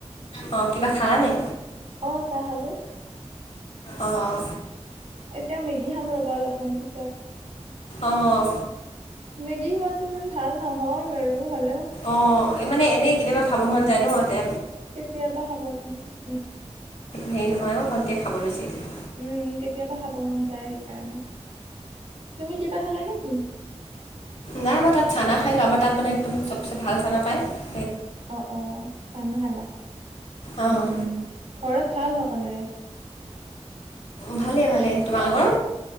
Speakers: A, on the left; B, on the right.
A: অ কিবা খালা নে
B: অ চাহ খালো
A: অ অ
B: এতিয়া মেগী খাম ৰবা অলপমান পিছত
A: আহ
B: মেগী খোৱাতটো ইমান ভাল নহয় বাৰু হ'লেও
A: অঁ মানে এনেই কেতিয়াবা খাব মন যায় ন যে
B: কেতিয়াবা হব উম
A: হেৰি নহয় মই ভণ্টিয়ে খাব লৈছে এয়া
B: উম কেতিয়াবা খাব মন যায় সেইকাৰণে তুমি কিবা খালা নেকি
A: নাই মই তাত চানা খাই লো আমাৰ তাত মানে একদম চবচে জাল চানা পাই <unintelligible>
B: অ অ চানা খালা
A: অঁ
B: উম উম ঘৰত ভাল হ <unintelligible> সকলোৰে
A: ভালেই ভালে। তোমালোকৰ?